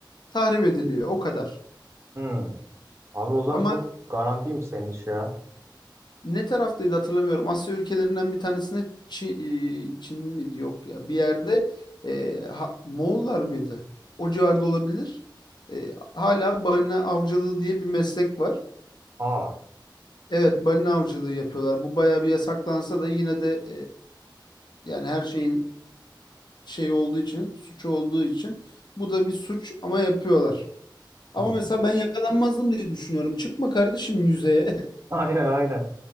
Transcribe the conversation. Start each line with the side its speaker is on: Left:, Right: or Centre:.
Left: tahrip ediliyor. O kadar.
Right: Hmm. Abi o zaman
Left: Ama
Right: çok garantiymiş senin iş ya.
Left: ne taraftaydı hatırlamıyorum. Asya ülkelerinden bir tanesine Çin, Çin miydi? Yok ya. Bir yerde e, ha- Moğollar mıydı? O civarda olabilir. E, hala balina avcılığı diye bir meslek var.
Right: Aa.
Left: Evet balina avcılığı yapıyorlar. Bu bayağı bir yasaklansa da yine de e, yani her şeyin şey olduğu için, suç olduğu için bu da bir suç ama yapıyorlar. Ama
Right: Hmm.
Left: mesela ben yakalanmazdım diye düşünüyorum. Çıkma kardeşim yüzeye.
Right: <laughs>
Left: <laughs>
Right: Aynen aynen.